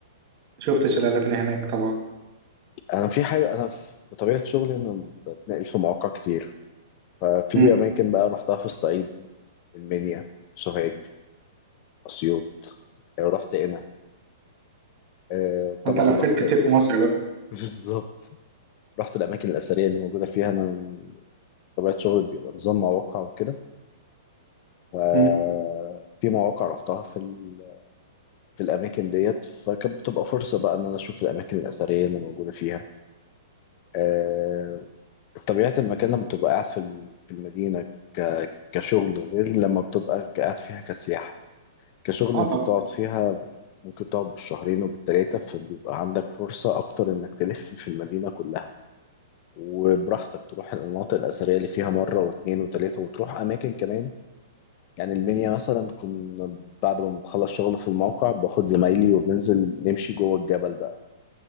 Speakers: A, on the right; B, on the left.
A: شفت الشلالات اللي هناك طبعا
B: أنا في حاجة أنا في- بطبيعة شغلي أنا بتنقل في مواقع كتير ففي
A: مم.
B: أماكن بقى رحتها في الصعيد المنيا سوهاج أسيوط آه، رحت هنا آه، طبعا
A: انت لفيت
B: رحت
A: كتير في مصر بقى
B: <laughs> بالظبط رحت الأماكن الأثرية اللي موجودة فيها أنا طبيعة شغلي بيبقى نظام مواقع وكده ففي
A: مم.
B: مواقع رحتها في ال... في الأماكن ديت فكانت بتبقى فرصة بقى إن أنا أشوف الأماكن الأثرية اللي موجودة فيها آه، طبيعة المكان لما بتبقى قاعد في ال- في المدينة ك... كشغل غير لما بتبقى قاعد فيها كسياحة كشغل
A: اه
B: انت
A: طبعا
B: بتقعد فيها ممكن تقعد بالشهرين وبالتلاتة فبيبقى عندك فرصة أكتر إنك تلف في المدينة كلها وبراحتك تروح المناطق الأثرية اللي فيها مرة واتنين وتلاتة وتروح أماكن كمان يعني المنيا مثلا كنا بعد ما بنخلص شغل في الموقع باخد زمايلي وبننزل نمشي جوه الجبل بقى